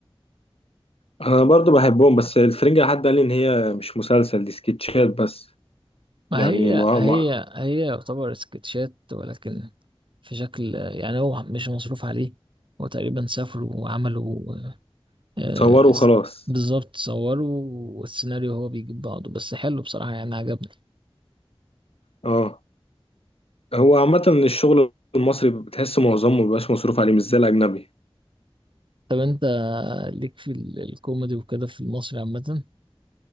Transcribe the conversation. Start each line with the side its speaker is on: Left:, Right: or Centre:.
Left: انا برضو بحبهم بس الفرنجه حد قال لي ان هي مش مسلسل دي سكتشات بس
Right: ما
Left: يعني
Right: هي
Left: ما
Right: هي
Left: ما
Right: هي يعتبر سكتشات ولكن في شكل آه، يعني هو مش مصروف عليه هو تقريبا سافروا وعملوا آه،
Left: صوروا وخلاص
Right: بالظبط صوروا والسيناريو هو بيجيب بعضه بس حلو بصراحة يعني عجبني
Left: اه هو عامه الشغل المصري بتحس معظمه مبيبقاش مصروف عليه مش زي الاجنبي
Right: طب انت ليك في ال- الكوميدي وكده في المصري عامة